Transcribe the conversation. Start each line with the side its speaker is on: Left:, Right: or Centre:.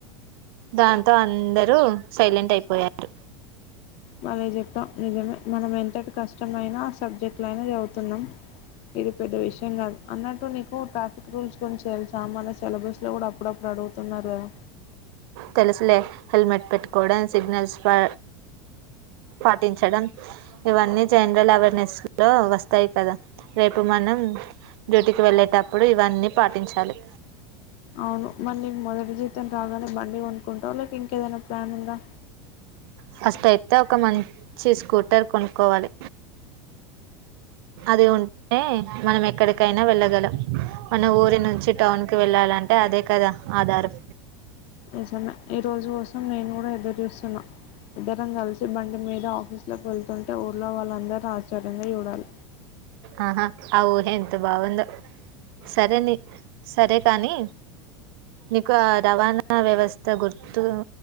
Right: దాంతో అందరూ సైలెంట్ అయిపోయారు.
Left: భలే చెప్పాం నిజమే మనం ఎంతటి కష్టమైన ఆ సబ్జెక్టులైనా చదువుతున్నాం. ఇది పెద్ద విషయం కాదు అన్నట్టు నీకు ట్రాఫిక్ రూల్స్ తేలుసా మన సిలబస్ లో కూడా అప్పుడప్పుడు అడుగుతున్నారు కదా.
Right: తెలుసులే హెల్మెట్ పెట్టుకోవడం సిగ్నల్స్ పా పాటించడం ఇవన్నీ జనరల్ అవేర్నెస్ లో వస్తాయి కదా రేపు మనం డ్యూటీకి వెళ్ళేటప్పుడు ఇవన్నీ పాటించాలి.
Left: అవును మరి నీకు మొదటి జీత్ తం రాగానే బండి కొంట్ కుంటా లేక ఇంకేదైనా ప్లాన్ ఉందా
Right: ఫస్ట్ అయితే ఒక మంచి స్కూటర్ కొనుక్కోవాలి అది ఉంటే మనం ఎక్కడికైనా వెళ్ళగలం మన ఊరి నుంచి టౌన్ కి వెళ్ళాలంటే అదే కదా ఆధారం.
Left: నిజమే ఈ రోజు కోసం నేను కూడా ఎదురు చూస్తున్నా ఇద్దరం కలిసి బండి మీద ఆఫీసులోకి వెళ్తుంటే ఊర్లో వాళ్ళందరూ ఆశ్చర్యంగా చూడాలి.
Right: ఆహా ఆ ఉహ ఎంత బాగుందో సరేని సరే కానీ నీకు ఆ రవాణా వ్యవస్థ గుర్తు